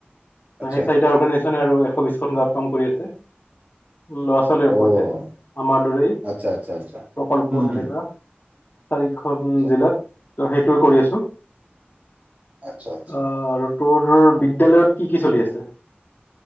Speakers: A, on the left; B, on the right.
A: হয়
B: আচ্ছা
A: সেইচাৰিটা অৰ্গেনাইজেচনে আৰু চৌবিছখন গাঁৱত কাম কৰি আছে। ল'ৰা-ছোৱালীৰ
B: অ'
A: ওপৰতে, আমাৰ দৰেই
B: আচ্ছা আচ্ছা আচ্ছা।
A: প্ৰকল্প
B: উম
A: তেনেকা
B: হম
A: চাৰিখন
B: আচ্ছা
A: জিলাত ত' সেইটোৱে কৰি আছো।
B: আচ্ছা আচ্ছা
A: অ' আৰু তোৰ বি তেলেওত কি কি চলি আছে?